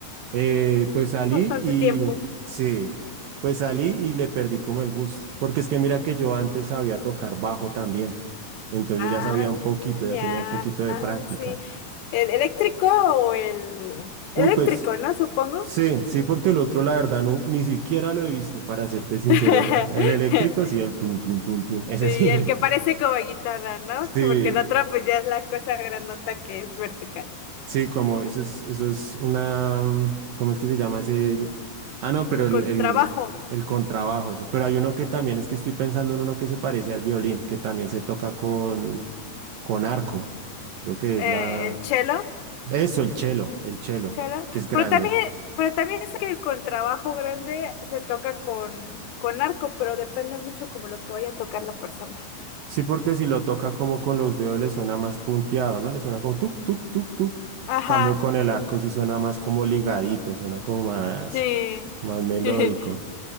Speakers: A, on the right (about 70°); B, on the left (about 80°).
A: Eh, pues salí
B: bastante
A: y
B: tiempo.
A: sí, pues salí y le perdí como el gusto, porque es que mira que yo antes sabía tocar bajo también, entonces
B: Ah,
A: yo ya sabía un poquito,
B: Ya,
A: ya tenía un poquito de
B: ah,
A: práctica.
B: sí. ¿El eléctrico o el
A: Uy,
B: eléctrico,
A: pues
B: ¿no? Supongo.
A: sí, sí, porque el otro la verdad no, ni siquiera lo he visto, para serte sincero,
B: <laughs>
A: eh. el eléctrico sí, el tum, tum, tum, tum, ese
B: Sí,
A: sí,
B: el que parece como guitarra, ¿no?
A: <laughs> sí,
B: Que Porque el otro pues ya es la cosa grandota que es vertical.
A: Sí, como eso es, eso es una, mm, ¿cómo es que se llama ese? el- Ah, no, pero el,
B: Contrabajo,
A: el, el contrabajo, eso. Pero hay uno que también es que estoy pensando en uno que se parece al violín, que también se toca con, con arco. Creo que
B: eh,
A: es la...
B: el cello,
A: Eso, el chelo, el chelo,
B: cello,
A: que es grande.
B: pero también, pero también sé que el contrabajo grande se toca con, con arco, pero depende mucho como lo que vaya a tocar la persona.
A: Sí, porque si lo toca como con los dedos le suena más punteado, ¿no? Le suena como tuk, tuk, tuk, tuk.
B: Ajá,
A: Cambio con el arco sí suena más como ligadito, suena como más,
B: Sí,
A: más melódico.
B: <laughs>